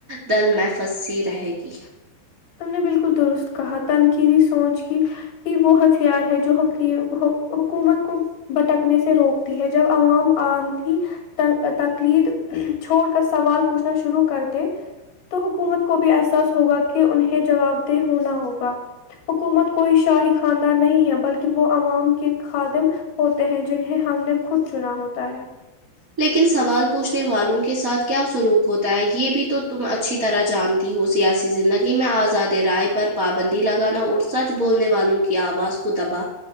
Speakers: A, on the right (about 40°); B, on the left (about 60°).
A: دل میں پھنسی رہے گی
B: تم نے بالکل درست کہا تنقیدی سوچ کی ہی وہ ہتھیار ہے جو حکی حکومت کو بٹکنے سے روکتی ہے جب عوام آن تھی تقلید چھوڑ کر سوال پوچھنا شروع کر دے تو حکومت کو بھی احساس ہوگا کہ انہیں جواب دہ ہونا ہوگا حکومت کوئی شاہی خاندان نہیں ہے بلکہ وہ عوام کے خادم ہوتے ہیں جنہیں ہم نے خود چنا ہوتا ہے
A: لیکن سوال پوچھنے والوں کے ساتھ کیا سلوک ہوتا ہے یہ بھی تو تم اچ اچھی طرح جانتی ہوں سیاسی زندگی میں آزاد رائے پر پابندی لگانا اور سچ بولنے والوں کی آواز کو دبا